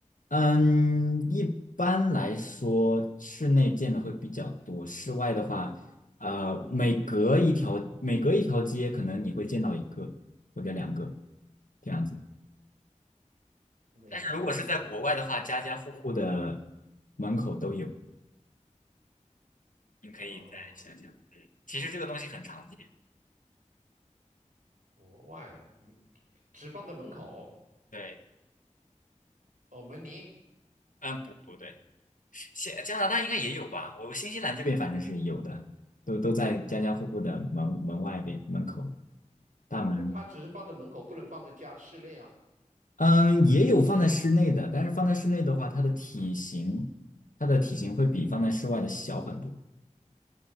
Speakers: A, on the left; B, on the right.
A: 嗯，一般来说室内见的会比较多，室外的话，呃，每隔一条每隔一条街，可能你会见到一个或者两个这样子。
B: 每隔一两天
A: 但是如果是在国外的话，家家户户的门口都有。你可以再想想。
B: 啊，
A: 嗯其实这个东西很常见。
B: 国外没只放在门口
A: 对，
B: 哦，门铃
A: 嗯，不不对，新加拿大应该也有吧？我我新西兰这边反正是有的，都都在家家户户的门门外边门口大门。
B: 哦，它只是放在门口，不能放在家室内啊。
A: 嗯，也有放在室内的，但是放在室内的话，它的体型，它的体型会比放在室外的小很多。